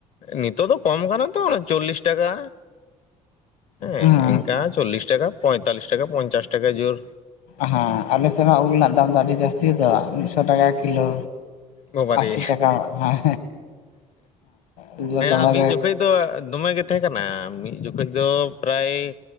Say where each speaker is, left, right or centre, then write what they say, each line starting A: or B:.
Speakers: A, on the left (about 40°); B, on the left (about 70°).
A: ᱱᱤᱛᱚᱜ ᱫᱚ ᱠᱚᱢ ᱟᱠᱟᱱᱟ ᱛᱚ ᱪᱚᱞᱞᱤᱥ ᱴᱟᱠᱟ ᱦᱮᱸ
B: ᱦᱩᱸ
A: ᱮᱱᱠᱟ ᱪᱚᱞᱞᱤᱥ ᱴᱟᱠᱟ ᱯᱚᱸᱭᱛᱟᱞᱞᱤᱥ ᱴᱟᱠᱟ ᱯᱚᱧᱪᱟᱥ ᱴᱟᱠᱟ ᱡᱳᱨ
B: ᱦᱮᱸ ᱟᱞᱮᱥᱮᱫ ᱢᱟ ᱩᱞ ᱨᱮᱱᱟᱜ ᱫᱟᱢ ᱫᱚ ᱟᱹᱰᱤ ᱡᱟᱹᱥᱛᱤ ᱜᱮᱫᱚ ᱢᱤᱫᱽᱥᱚ ᱴᱟᱠᱟ ᱠᱤᱞᱳ
A: ᱵᱟᱵᱟᱨᱮ
B: ᱟᱥᱤ ᱴᱟᱠᱟ ᱦᱮᱸ ᱦᱮᱸ ᱫᱚᱢᱮ
A: ᱟᱨ ᱢᱤᱫ
B: ᱜᱮ
A: ᱡᱚᱠᱷᱚᱡ ᱫᱚ ᱫᱚᱢᱮ ᱜᱮ ᱛᱟᱦᱮᱸ ᱠᱟᱱᱟ ᱢᱤᱫ ᱡᱚᱠᱷᱚᱡ ᱫᱚ ᱯᱨᱟᱭ